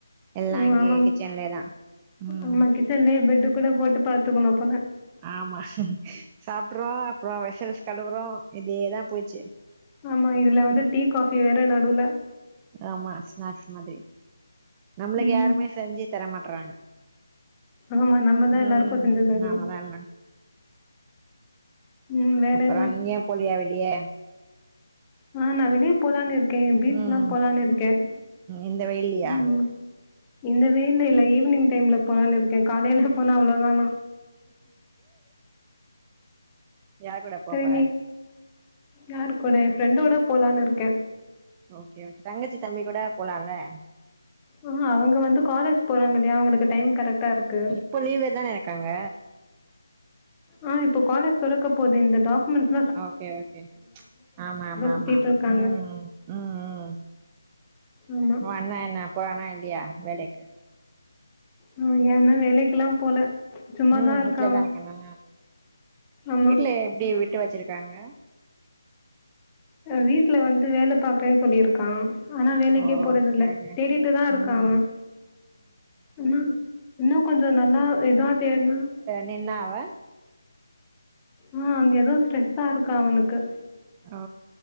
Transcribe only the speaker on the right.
எல்லா
அங்யே
கிச்சன்லயேதா ம்
ஆமா சாப்ட்றோ அப்றோ வெசல்ஸ் கழுவுறோ இதேதா போச்சு
ஆமா ஸ்நாக்ஸ் மாதிரி நம்ளுக்கு
யாருமே செஞ்சு தரமாட்றாங்க
ம்
நாமதா எல்லா
அப்பறோ
நீங்க ஏன் போலியா வெளிய
ம்
இந்த வெயில்லயா
யார் கூட போ
போற
ஓகே ஓகே தங்கச்சி தம்பி கூட போலால
இப்போ லீவ்ல தான இருக்காங்க
ஓகே ஓகே ஆமா ஆமா
ஆமா
உம் உம்
உ அண்ண என்ன போரானா இல்லயா வேலக்கு
உம்
வீட்லதா
இருக்கானா
வீட்ல எப்டி விட்டு வச்சிருக்காங்க
ஓ
ஓகே ஓகே
ம்
நின்னாவ
ஓ